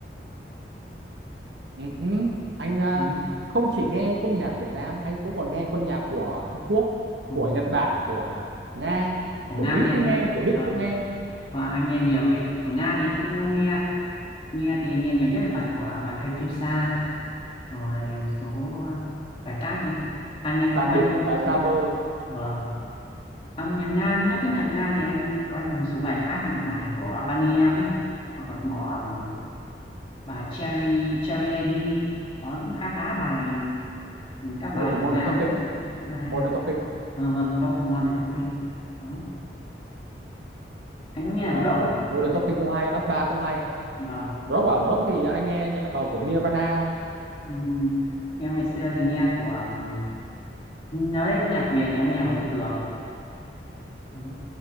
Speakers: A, on the right (about 80°); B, on the left (about 30°).
A: Ừ hứ. anh à,
B: đó.
A: không chỉ nghe quân nhạc Việt Nam anh cũng còn nghe quân nhạc của Trung Quốc
B: Ừ.
A: của Nhật Bản của Nga
B: của
A: của
B: Nga
A: Mỹ
B: thì em
A: cũng nghe của Đức
B: và,
A: cũng nghe
B: và anh nghe nhiều cái của Nga thì em cũng đã nghe nghe thì nghe nhiều nhất là bài của bài cây chiêu sa rồi một số bài khác như anh ngang
A: tạm
B: của anh
A: biệt cô gái
B: đấy.
A: Slaver
B: vâng ông nhạc Nga nhắc cái nhạc Nga thì anh có một số bài khác như bài của Bunny em ấy hoặc là bỏ um, bài Cherry Cherry Lady đó cũng khá khá bài các bài
A: đấy của Modern
B: của Nga
A: Talking
B: rất là rất là hay
A: Modern Talking
B: à, vâng tôi Modern Talking đó anh có nghe nhạc
A: ờ,
B: rock không
A: Modern Talking cũng hay up ba cũng hay
B: vâng
A: rock à rock thì anh nghe nhạc vào của Nirvana thôi
B: Ừm, em ngày xưa thì nghe của ừm, nói đến nhạc Việt thì em nghe của Bức Tường Ừ.